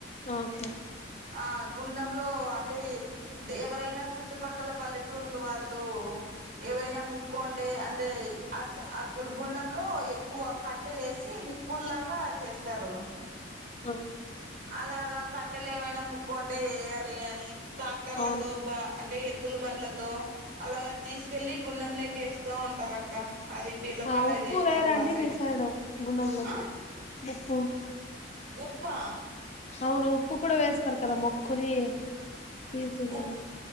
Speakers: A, on the left; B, on the right.
A: ఓకే
B: ఆ గుండెంలో అంటే ఎవరైనా చుట్టుపక్కల పల్లెటూర్లు వాళ్ళు ఏవైనా ముక్కు అంటే అంటే అ అక్కడ గుండెం లో ఎక్కువ కట్టెలే వేసి నిప్పుల్లాగా చేస్తారు
A: ఆ
B: అలాగా కట్టెలు ఏమైనా ముక్కు ఉంటే వేయాలి అని ట్రాక్టర్లతో
A: అవును
B: బా అంటే లు బనల త అలాగ తీసుకెళ్ళలి గుండెం లే చేస్తూ ఉంటారక్క అది పీర్ల
A: ఆ
B: పండగ
A: ఉప్పు
B: చేస్తారు
A: వేరండి
B: మా సైడ్
A: మీ సైడు గుండంలో
B: ఆ
A: ఉప్పు
B: ఉప్పా
A: అవును ఉప్పు కూడా వేస్తారు కదా మొకురి తీరుతుందా
B: ఉ